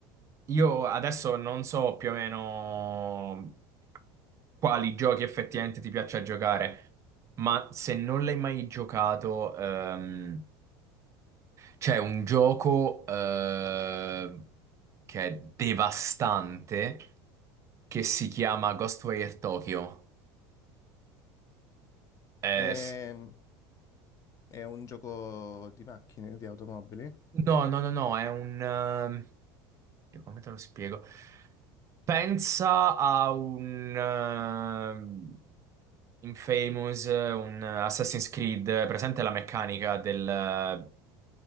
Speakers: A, on the right; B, on the left.
A: io adesso non so più o meno quali giochi effettivamente ti piace giocare, ma se non l'hai mai giocato, ehm, C'è un gioco eh, che è devastante che si chiama Ghostwire Tokyo. Eh,
B: Ehm,
A: s-
B: È, un gioco di macchine, di automobili.
A: no, no, no, no, è un... ehm, come te lo spiego? Pensa a un ehm, Infamous, eh, un Assassin's Creed, eh, presente la meccanica del eh,